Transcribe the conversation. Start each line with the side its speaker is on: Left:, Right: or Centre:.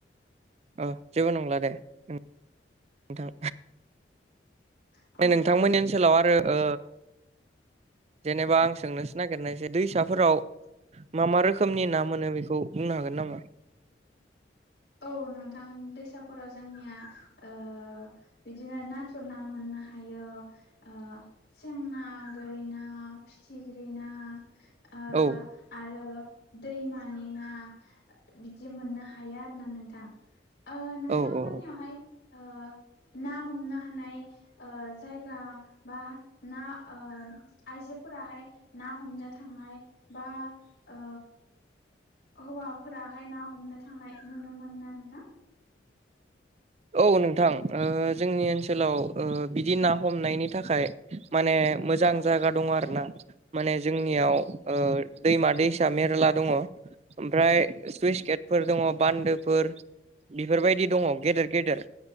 Right: ओ जेबो नंला दे नोंथां।
Left: अ
Right: नोंथांमोननि ओनसोलाव आरो ओ जेनेबा आं सोंनोसो नागिरनाय जे दैसाफोराव मा मा रोखोमनि ना मोनो बेखौ बुंनो हागोन नामा?
Left: औ नोंथां दैसाफोराव जोंनिया ओ बिदिनो नाथुर ना मोननो हायो ओ सेंना गोरि ना फिथिग्रि ना ओ
Right: औ
Left: आरो दैमानि ना बिदि मोननो हायो आर ना नोंथां ओ नोंथांमोननियावहाय
Right: औ औ
Left: ओ ना हमनो हानाय ओ जायगा बा ना ओ आइजोफोराहाय ना हमनो थांनाय बा ओ हौवाफोराहाय ना हमनो थांनाय नुनो मोनो ना नोंथां?
Right: औ नोंथां ओ जोंनि ओनसोलाव ओ बिदि ना हमनायनि थाखाय माने मोजां जागा दङ आरोना। माने जोंनियाव ओ दैमा दैसा मेरला दङ। ओमफ्राय सुइस गेटफोर दङ बान्दोफोर बेफोरबायदि दङ गेदेर गेदेर